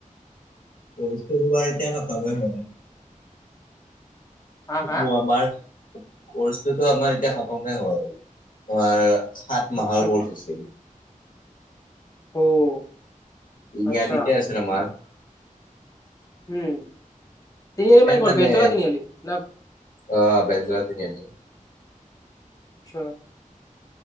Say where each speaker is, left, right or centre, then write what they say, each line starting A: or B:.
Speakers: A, on the left (about 75°); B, on the left (about 25°).
A: কৰ্চেটো তোমাৰ এতিয়া <unintelligible> জানে।
B: হা হা
A: ও, আমাৰ কৰ্চটোতো আমাৰ এতিয়া খতমে হ'ল। তোমাৰ সাত মাহৰ
B: আচ্ছা
A: কৰ্চ আছিল।
B: অ'।
A: তিনিআলিতে
B: আচ্ছা
A: আছিল আমাৰ।
B: উম। তিনিআলি
A: এ,
B: ক'ত
A: মানে
B: বেলতলা তিনিআলি না
A: আ, বেলতলা তিনিআলি।
B: আচ্ছা।